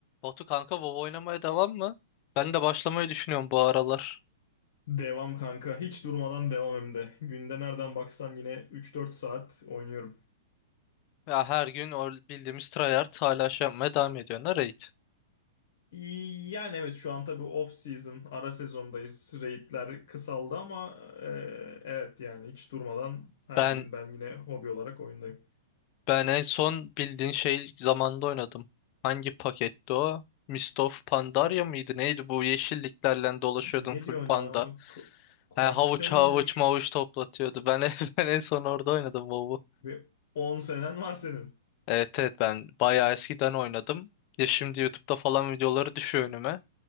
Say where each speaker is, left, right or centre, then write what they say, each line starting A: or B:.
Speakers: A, on the left (about 35°); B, on the left (about 65°).
A: Batu kanka WoW oynamaya devam mı? Ben de başlamayı düşünüyorum bu aralar.
B: Devam kanka. Hiç durmadan devam hem de. Günde nereden baksan yine 3-4 saat oynuyorum.
A: Ya her gün o bildiğimiz tryhard hala şey yapmaya devam ediyorlar raid.
B: İyi, Yani evet şu an tabii off season, ara sezondayız. Raid'ler kısaldı ama e, evet yani hiç durmadan her
A: Ben
B: gün ben yine hobi olarak oyundayım.
A: ben en son bildiğin şey zamanda oynadım. Hangi paketti o? Mist of Pandaria mıydı? Neydi bu yeşilliklerle dolaşıyordum
B: Ne
A: full
B: diyorsun
A: panda.
B: ya? Ka- kaç
A: Ha, havuç
B: sene
A: havuç
B: olmuş?
A: mavuç toplatıyordu. Ben, en- <laughs> ben en son orada oynadım WoW'u.
B: Ve 10 senen var senin.
A: Evet evet ben bayağı eskiden oynadım. Ya şimdi YouTube'da falan videoları düşüyor önüme.